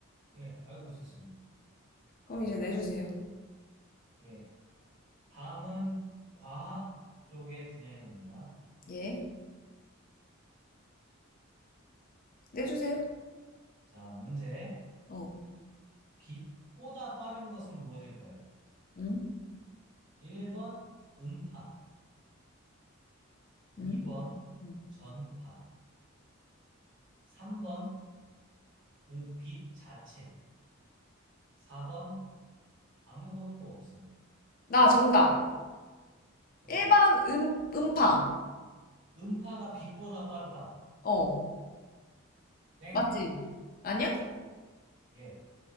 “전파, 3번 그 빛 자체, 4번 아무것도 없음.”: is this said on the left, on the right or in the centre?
Right